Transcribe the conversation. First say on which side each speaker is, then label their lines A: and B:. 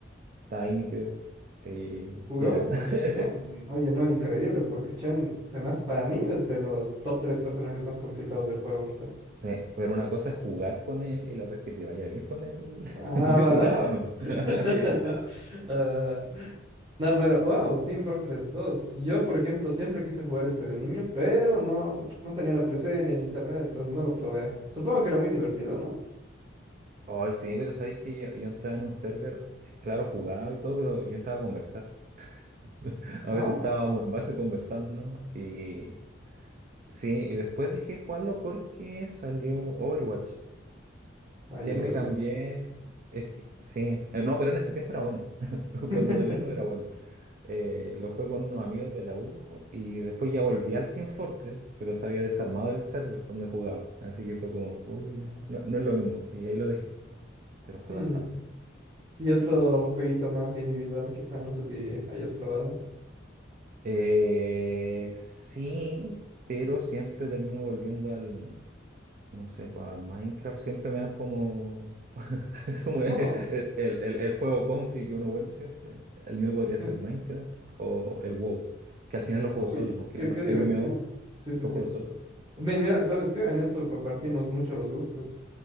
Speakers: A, on the right; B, on the right.
A: Tiny, creo. eh,
B: Jugabas
A: y era.
B: con
A: <laughs>
B: Chen. Oye, no, increíble, porque Chen, se me hace- para mí es de los top 3 personajes más complicados del juego, quizá.
A: Eh, Pero una cosa es jugar con él y la otra es que te vaya bien con él. <laughs>
B: Ah,
A: Yo jugaba, ¿no? <laughs>
B: va. <laughs>
A: Yo jugaba.
B: Ah, no, pero wow,
A: Uy.
B: Team Fortress dos. Yo, por ejemplo, siempre quise jugar ese de niño, pero no, no tenía la PC ni el internet, entonces no lo probé. Supongo que era muy divertido, ¿no?
A: Ay, sí, pero sabéis que yo, yo entraba en un server, eh, claro, jugaba y todo, pero yo entraba a conversar. <laughs> A
B: Ah,
A: veces estábamos en base conversando, ¿no? Y sí, y después dejé jugarlo porque salió Overwatch.
B: hay
A: Ya
B: Overwatch.
A: me cambié. Es que sí, Eh, no, pero en ese tiempo era bueno. <laughs>
B: <laughs>
A: Cuando salió no era bueno. Eh, lo jugué con unos amigos de la U y después ya volví al Team Fortress, pero se había desarmado el server donde jugaba. Así que fue como, "Oh, ya, No, no es lo mismo. Y ahí lo dejé, pero jugué
B: Hmm,
A: bastante.
B: Y otro jueguito más individual, quizá, no sé si hayas probado.
A: Eh, sí, pero siempre termino volviendo al, No sé, pues a Minecraft siempre me dan como, <laughs> como el,
B: No.
A: el- el- el juego confi que uno vuelve siempre. El mío podría
B: eh,
A: ser Minecraft o el WoW, que al final lo juego
B: Uy,
A: solo, aunque
B: qué,
A: no
B: qué
A: MMO,
B: divertido. Sí, sí,
A: lo
B: sí.
A: juego solo.
B: Mi- Mira, ¿sabes qué? En eso compartimos mucho los gustos.